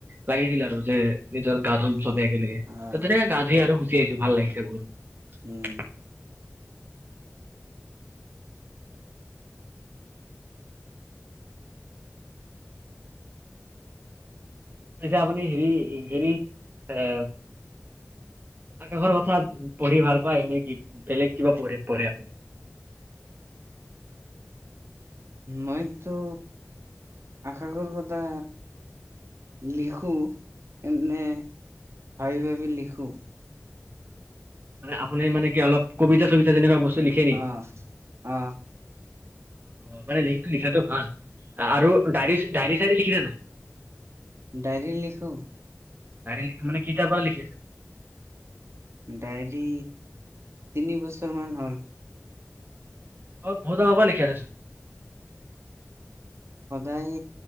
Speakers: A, on the right; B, on the right.
A: লাগিছিল আৰু যে নিজৰ গা ধোন
B: উম
A: চবে একেলগে
B: অ
A: তাতেনেক গা ধুই আৰু গুচি আহিছো ভাল লাগিছে বহুত
B: উম
A: এতিয়া আপুনি হেৰি হেৰি এ আকাশৰ কথা পঢ়ি ভাল পায় এনে কি বেলেগ কিবা পঢ় পঢ়ে আপুনি
B: মইতো আকাশৰ কথা লিখু এনে ভাবি ভাবি লিখো
A: আপনি মানে কি অলপ কবিতা চবিতা যেনিবা বস্তু। লিখে নেকি?
B: অ অ
A: অ মানে লিখ লিখাটো ভাল আৰু ডা ডায়েৰী চাইৰী লিখিলে নাই
B: ডায়ৰী লিখো
A: ডায়ৰী লিখে মানে কেইটা পৰা লিখে
B: ডায়ৰী তিনি বছৰ মান হ'ল।
A: অ বহুত আগৰ পৰা লিখি আছে চোন।
B: সদায়